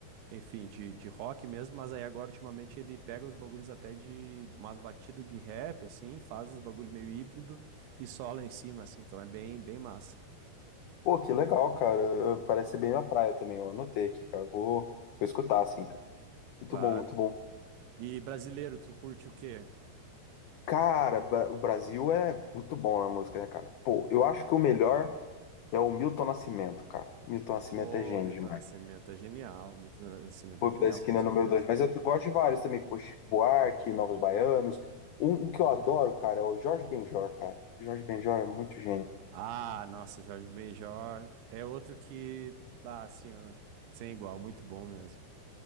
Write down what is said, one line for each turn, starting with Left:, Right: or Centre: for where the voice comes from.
Right: Enfim, de, de rock mesmo, mas aí agora ultimamente ele pega os bagulhos até de umas batidas de rap, assim, faz uns bagulho meio híbrido e sola em cima, assim, então é bem, bem massa.
Left: Pô, que legal, cara. Eu- Parece ser bem minha praia também. Eu anotei aqui, cara. Vou, vou escutar, assim, cara. Muito
Right: Claro.
Left: bom, muito bom.
Right: E brasileiro, tu curte o quê?
Left: Cara, Bra- o Brasil é muito bom na música, né, cara? Pô, eu acho que o melhor é o Milton Nascimento, cara. Milton Nascimento
Right: Pô,
Left: é gênio
Right: Milton
Left: demais.
Right: Nascimento é genial. Milton Nascimento
Left: Clube
Right: é genial,
Left: da Esquina
Right: com certeza.
Left: é o número dois. Mas eu gosto de vários também. Pô, Chico Buarque, Novos Baianos. Um, um que eu adoro, cara, é o Jorge Benjor, cara. Jorge Benjor é muito gênio.
Right: Ah, nossa, Jorge Benjor é outro que, ah, assim, ó, sem igual, muito bom mesmo.